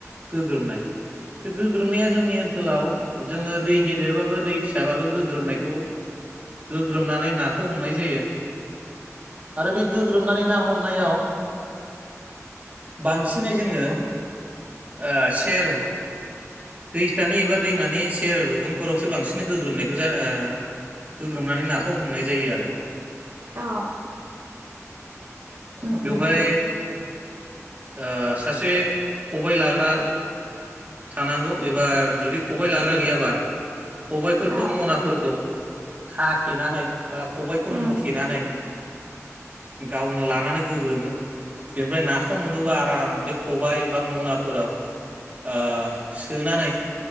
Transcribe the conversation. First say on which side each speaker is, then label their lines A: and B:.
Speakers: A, on the right; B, on the right.
A: गोग्रोमनाय बे गोग्रोमनाया जोंनि ओनसोलाव जोङो दै गेदेरबाबो दै फिसाबाबो गोग्रोमनायखौ गोग्रोमनानै नाखौ हमनाय जायो आरो बे गोग्रोमनानै ना हमनायाव बांसिनै जोङो ओ सेर दैसानि एबा दैमानि सेर रुगुंफोरावसो बांसिन गोग्रोमनायखौ जा ओ गोग्रोमनानै नाखौ हमनाय जायो आरो
B: अ उम
A: बेवहाय
B: उम
A: ओ सासे खबाय लाग्रा थानांगौ एबा जुदि खबाय लाग्रा गैयाबा खबायफोरखौ
B: औ
A: मनाफोरखौ खाथेनानै बा खबायखौ
B: उम
A: मुथेनानै गावनो लानानै गोग्रोमो बेनिफ्राय नाखौ मोनोबा आराम बे खबाय बा मनाफोराव आ सोनानै